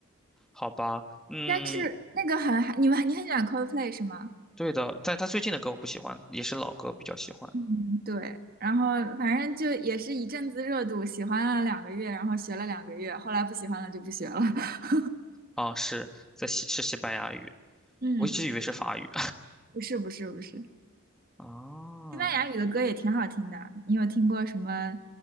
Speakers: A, in the centre; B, on the right (about 45°).
A: 好吧，嗯，
B: 但是那个很，你们你很喜欢 Coldplay 是吗？
A: 对的，但他最近的歌我不喜欢，也是老歌比较喜欢。
B: 嗯，对。然后反正就也是一阵子热度，喜欢了两个月，然后学了两个月，后来不喜欢了就不学了。<laughs>
A: 啊，是在西是西班牙语，
B: 嗯，
A: 我一直以为是法语。
B: 不是不是不是，
A: 哦
B: 西班牙语的歌也挺好听的。你有听过什么？